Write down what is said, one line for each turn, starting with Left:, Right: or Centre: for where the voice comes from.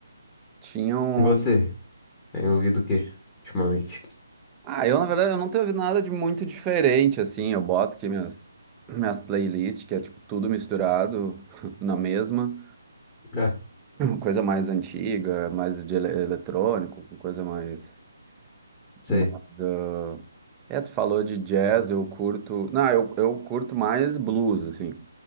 Right: Tinham.
Left: E você? Tem ouvido o quê ultimamente?
Right: Ah, eu, na verdade, eu não tenho ouvido nada de muito diferente, assim. Eu boto aqui minhas, minhas playlists, que é, tipo, tudo misturado <laughs> na mesma.
Left: Ah,
Right: Coisa mais antiga, mais de ele- eletrônico, coisa mais.
Left: sei.
Right: Mas, ah, é, tu falou de jazz, eu curto. Não, eu, eu curto mais blues, assim.